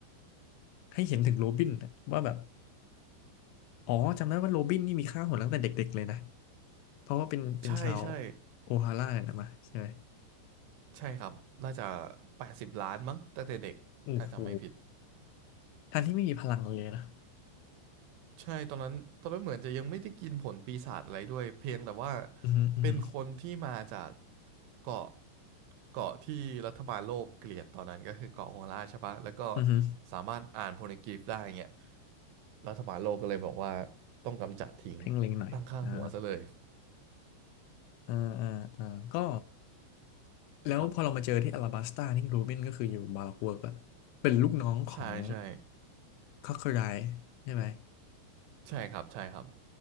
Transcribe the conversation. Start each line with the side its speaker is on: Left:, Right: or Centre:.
Left: ให้เห็นถึงโรบินน่ะว่าแบบอ๋อจำได้ว่าโรบินนี่มีค่าหัวตั้งแต่เด็กๆเลยนะเพราะว่าเป็นเป็นชาว
Right: ใช่ใช่
Left: โอฮาร่าเนี่ยนะมาใช่ไหม
Right: ใช่ครับน่าจะแปดสิบล้านมั้งตั้งแต่เด็กถ้าจำไม่ผิด
Left: โอ้โหทั้งที่ไม่มีพลังเลยนะ
Right: ใช่ตอนนั้นตอนนั้นเหมือนจะยังไม่ได้กินผลปีศาจอะไรด้วยเพียงแต่ว่า
Left: อือฮึอือฮึ
Right: เป็นคนที่มาจากเกาะเกาะที่รัฐบาลโลกเกลียดตอนนั้นก็คือเกาะโฮล่าใช่ปะแล้วก็
Left: อือฮึ
Right: สามารถอ่านโพลกรีฟได้เงี้ยรัฐบาลโลกก็เลยบอกว่าต้องกำจัดทิ้ง
Left: เพ่งเล็งหน่อยอ่า
Right: ตั้งค่าหัวซะเลย
Left: อ่าอ่าอ่าก็ แล้วพอเรามาเจอที่อลาบัสตานี่รูบินก็คืออยู่บาร็อกเวิร์กละ
Right: ครับ
Left: เป็นลูกน้องของ
Right: ใช่ใช่
Left: คอคเคอไรใช่ไหม
Right: ใช่ครับใช่ครับ